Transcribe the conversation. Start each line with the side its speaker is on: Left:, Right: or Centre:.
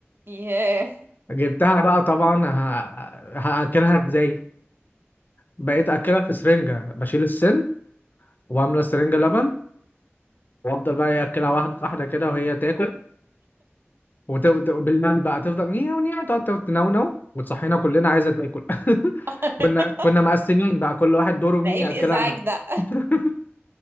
Right: ياه
Left: جبتها بقى طبعا ه... هاكلها ازاي بقيت اكلها في سرنجه بشيل السن وعامله سرنجه لبن وافضل بقى إيه اكلها واحده واحده كده وهي تاكل وبالليل بقى تفضل نيو نيو تقعد تقعد تنونو وتصحينا كلنا عايزه تاكل <laughs>
Right: <laughs>
Left: كنا كنا مقسمين بقى كل واحد دوره مين
Right: ده ايه
Left: ياكلها
Right: الازعاج
Left: لنا
Right: ده
Left: <laughs>